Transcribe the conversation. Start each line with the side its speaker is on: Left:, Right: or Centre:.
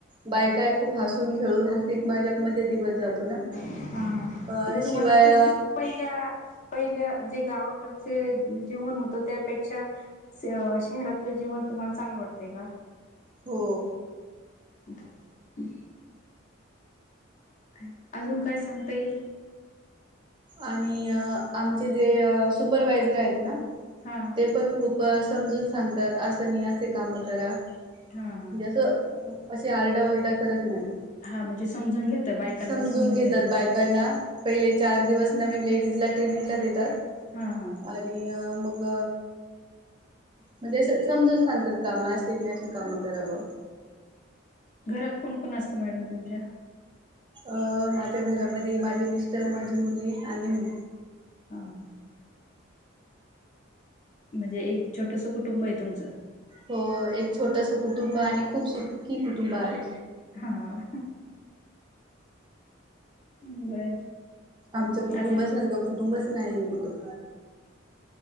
Right: बायकाही खूप हसून खेळून हासिक मजाक मध्ये दिवस जातो ना.
Left: हा म्हणजे
Right: अ शिवाय
Left: तुम्हाला तुमची पहिल्या-पहिल्या जे गाव कडचे जे जीवन होतं. त्यापेक्षा शहरातलं जीवन तुम्हाला चांगलं वाटतय का?
Right: हो.
Left: ह ह <unintelligible> अजून काय सांगता येईल?
Right: आणि आमचे जे सुपरवायझर आहेत ना,
Left: हा
Right: ते पण खूप प समजून सांगतात. असं नाही असे काम करा.
Left: हा हा
Right: म्हणजे असं असे आरडा-ओरडा करत नाहीत.
Left: हा म्हणजे समजून घेता बायकांना
Right: समजून घेतात.
Left: घेता
Right: बायकांना पहिले चार दिवस नवीन लेडीजला ट्रेनिंगला देतात.
Left: हा हा
Right: आणि मग. म्हणजे अस समजून सांगतात. काम असे नही अशी कामं करा म्हणून.
Left: घरात कोण-कोण असत मॅडम तुमच्या?
Right: अ माझ्या घरामध्ये माझी मिस्टर, माझी मुलगी. आणि मी.
Left: अ. ह <unintelligible> म्हणजे एक छोटंसं कुटुंब आहे तुमचं?
Right: हो एक छोटस कुटुंब आणि खूप सुखी कुटुंब आहे.
Left: हा. हा. ह बर.
Right: आमचं कुटुंबासारखं
Left: अजून
Right: कुटुंबच नाही आहे कुठं.